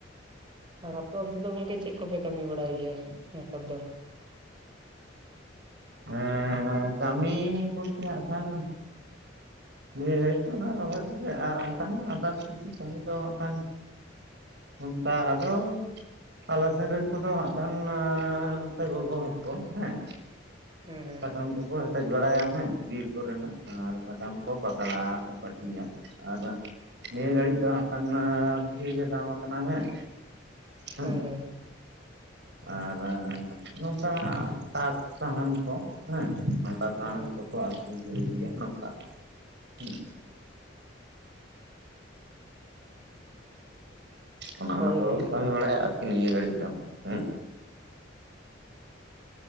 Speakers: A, on the right (about 25°); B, on the right (about 60°).
A: ᱟᱨ ᱟᱯᱮ ᱚᱱᱛᱮ ᱫᱚ ᱜᱚᱝᱠᱮ ᱪᱮᱫ ᱠᱚᱯᱮ ᱠᱟᱹᱢᱤ ᱵᱟᱲᱟᱭ ᱜᱮᱭᱟ ᱱᱮᱛᱟᱨ ᱫᱚ?
B: ᱮᱸᱻ ᱠᱟᱹᱢᱤ ᱵᱚᱞᱛᱮ ᱦᱟᱸᱜ ᱠᱷᱟᱱ ᱱᱤᱭᱟᱹ ᱜᱷᱟᱹᱲᱤᱡ ᱫᱚ ᱚᱱᱟ ᱨᱚᱦᱚᱭ ᱠᱚᱜᱮ ᱟᱨ ᱚᱱᱠᱟᱱᱟᱜ ᱟᱫᱟᱨᱥ ᱠᱤᱪᱷᱩ ᱠᱟᱹᱢᱤ ᱫᱚ ᱦᱟᱸᱜ ᱠᱷᱟᱱ ᱚᱱᱠᱟ ᱟᱫᱚ ᱟᱞᱮ ᱥᱮᱱ ᱨᱮᱱ ᱠᱚᱫᱚ ᱦᱟᱸᱜ ᱠᱷᱟᱱ ᱱᱚᱛᱮ ᱜᱚᱜᱚ ᱦᱚᱲ ᱠᱚ ᱦᱮᱸ,
A: ᱦᱮᱸ ᱦᱮᱸ
B: ᱥᱟᱠᱟᱢ ᱠᱚᱠᱚ ᱦᱮᱴᱮᱡ ᱵᱟᱲᱟᱭᱟ ᱦᱮᱸ, ᱵᱤᱨ ᱠᱚ ᱨᱮᱱᱟᱜ ᱟᱨ ᱥᱟᱠᱟᱢ ᱠᱚ ᱯᱟᱛᱲᱟ ᱠᱚ ᱯᱟᱹᱴᱤᱭᱟ᱾ ᱟᱨ ᱱᱤᱭᱟᱹ ᱜᱷᱟᱹᱲᱤᱡ ᱫᱚ ᱦᱟᱸᱜ ᱠᱷᱟᱱ ᱵᱷᱟᱹᱜᱤ ᱜᱮ ᱫᱟᱢ ᱟᱠᱟᱱᱟ ᱦᱮᱸ᱾ ᱦᱩᱸ,
A: ᱦᱮᱸ ᱦᱮᱸ
B: ᱟᱨ ᱱᱚᱝᱠᱟ ᱠᱟᱴ ᱥᱟᱦᱟᱱ ᱠᱚ ᱦᱮᱸ, ᱱᱚᱝᱠᱟ ᱥᱟᱦᱟᱱ
A: ᱦᱮᱸ
B: ᱠᱚ ᱠᱚ ᱟᱠᱷᱨᱤᱧ ᱠᱚ ᱤᱫᱤᱭᱟ ᱱᱚᱝᱠᱟ, ᱦᱩᱸ᱾ ᱚᱱᱟ
A: ᱦᱳᱭ
B: ᱚᱱᱟ ᱠᱚᱜᱮ
A: ᱜᱚᱝᱠᱮ
B: ᱠᱟᱹᱢᱤ ᱵᱟᱲᱟᱭᱟ ᱟᱨ ᱠᱤ ᱱᱤᱭᱟᱹ ᱜᱟᱹᱲᱤᱡ ᱫᱚ ᱦᱩᱸ᱾